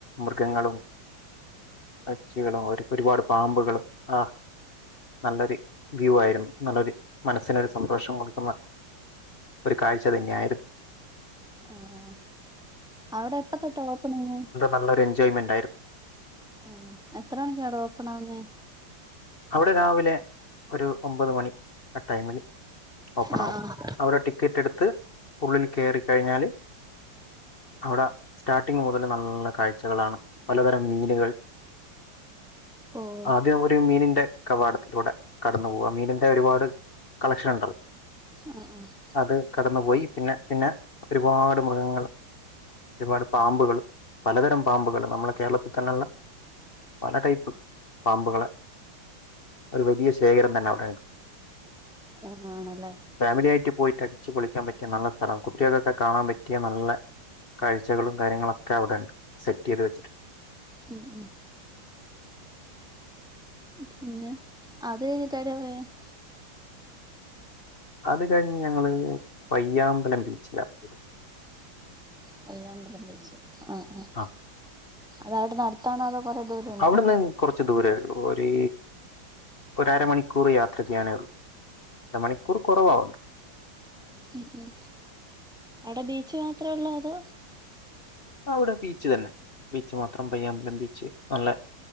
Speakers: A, on the left (about 50°); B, in the centre.
A: മൃഗങ്ങളും പക്ഷികളും ഒരു ഒരുപാട് പാമ്പുകളും ആഹ് നല്ലൊരു വ്യൂ ആയിരുന്നു നല്ലൊരു മനസ്സിനൊരു സന്തോഷം കൊടുക്കുന്ന ഒരു കാഴ്ച തന്നെയായിരു
B: ആഹ് അവിടെ എപ്പ തൊട്ടാ ഓപണായെ
A: നല്ലൊര് എൻജോയ്മെന്റആയിരുന്ന്
B: ആഹ് എത്ര മണിക്കടെ ഓപ്പണാകുന്നെ
A: അവിടെ രാവിലെ ഒരു ഒമ്പത് മണി ടൈമിൽ ഓപ്പൺ
B: ആഹ്
A: ആകും
B: ആഹ്
A: അവിടെ ടിക്കറ്റ് എടുത്ത് ഉള്ളിൽ കയറിക്കഴിഞ്ഞാല് അവിടെ സ്റ്റാർട്ടിങ് മുതല് നല്ല കാഴ്ചകളാണ് പലതരം മീനുകൾ
B: ഓഹ്
A: ആദ്യം ഒരു മീനിൻ ന്റെ കവാടത്തിലൂടെ കടന്നു പോവാ മീനിന്റെ ഒരുപാട് കളക്ഷൻ ഉണ്ടല്ലോ
B: ആഹ് ആഹ്
A: അത് കടന്നു പോയി പിന്നെ പിന്നെ ഒരുപാട് മൃഗങ്ങൾ ഒരുപാട് പാമ്പുകൾ പലതരം പാമ്പുകൾ നമ്മളെ കേരളത്തിൽ തന്നെല്ല പല ടൈപ്പ് പാമ്പുകള് ഒരു വലിയ ശേഖരം തന്നെ അവിടെ
B: ആഹ് ആണല്ലേ
A: ഫാമിലി ആയിട്ട് പോയിട്ട് അടിച്ച് പൊളിക്കാൻ പറ്റിയ നല്ല സ്ഥലം കുട്ടികൾക്കൊക്കെ കാണാൻ പറ്റിയ നല്ല കാഴ്ചകളും കാര്യങ്ങളൊക്കെ അവിടെ സെറ്റ് ചെയ്ത് വെച്ചിട്ടു
B: ഉം ഉം പിന്നെ അത് കഴിഞ്ഞിട്ട് ഏടെ പോയെ <inaudible> <inaudible>
A: അത് കഴിഞ്ഞ് ഞങ്ങള് പയ്യാമ്പലം ബീച്ചിലാണ്
B: പയ്യാമ്പലം ബീച്ച് ആഹ് ആഹ്
A: ആ
B: അതവിടെ അടുത്താണൊ അതോ കൊറെ ദൂര
A: അവിടുന്ന് കുറച്ച് ദൂരേ ഉള്ളൂ ഒരു ഒര് അരമണിക്കൂർ യാത്ര ചെയ്യാനേ ഉള്ളു അര മണിക്കൂർ കുറവാവും
B: ഉം ഉം അവിടെ ബീച്ച് മാത്രമേ ഉള്ളൂ അതോ
A: അവിടെ ബീച്ച് തന്നെ ബീച്ച് മാത്രം പയ്യാൻമ്പലം ബീച്ച് നല്ല